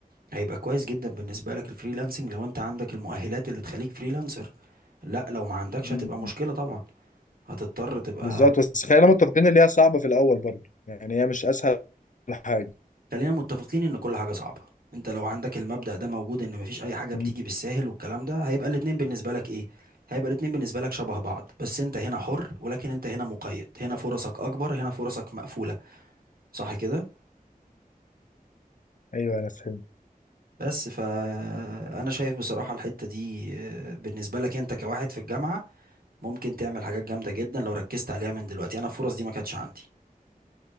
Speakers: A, on the right (about 75°); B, on the left (about 55°).
A: هيبقى كويس جدا بالنسبة لك الفريلانسنج لو انت عندك المؤهلات اللي تخليك فريلانسر لا لو ما عندكش
B: بالظبط
A: هتبقى مشكلة طبعا هتضطر تبقى
B: بالظبط بس خلينا متفقين اللي هي صعبة في الأول برضه يعني هي مش أسهل حاجة
A: خلينا متفقين ان كل حاجة صعبة انت لو عندك المبدأ ده موجود ان مفيش اي حاجة
B: مم.
A: بتيجي بالساهل والكلام ده هيبقى الاتنين بالنسبة لك ايه هيبقى الاتنين بالنسبة لك شبه بعض بس انت هنا حر ولكن انت هنا مقيد هنا فرصك اكبر هنا فرصك مقفولة صح كده
B: أيوه أنا فهمت
A: بس فانا شايف بصراحة الحتة دي آه، بالنسبة لك انت كواحد في الجامعة ممكن تعمل حاجات جامدة جدا لو ركزت عليها من دلوقتي انا الفرص دي ما كانتش عندي